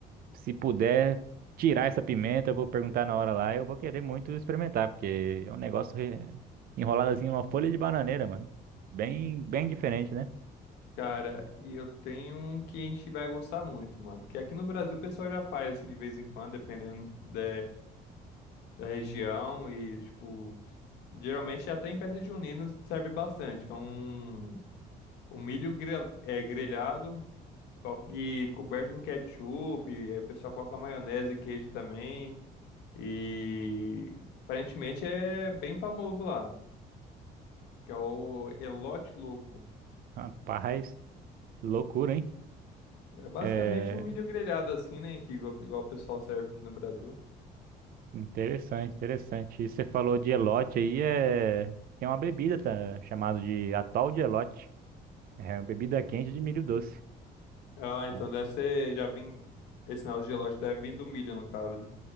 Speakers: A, on the right (about 60°); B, on the left (about 85°).
A: se puder tirar essa pimenta, eu vou perguntar na hora lá. Eu vou querer muito experimentar, porque é um negócio re- enrolado assim, numa folha de bananeira, mano. Bem, bem diferente, né?
B: Cara, e eu tenho um que a gente vai gostar muito, mano. Que aqui no Brasil o pessoal já faz, assim, de vez em quando, dependendo da, da região. E, tipo, geralmente até em festa junina serve bastante. Que é um, um milho grel- é, grelhado só que coberto com ketchup. E aí o pessoal coloca maionese e queijo também. E aparentemente é bem famoso lá. Que é o Elote Louco.
A: Rapaz, loucura, hein?
B: É basicamente
A: É
B: um milho grelhado assim, né? Que igual, igual o pessoal serve aqui no Brasil.
A: interessante, interessante. E você falou de elote aí, é... tem uma bebida tá? chamada de atol de elote. É uma bebida quente de milho doce.
B: Ah, então
A: Ah,
B: deve ser, já vim, esse negócio de gelógio deve vir do milho, no caso, né?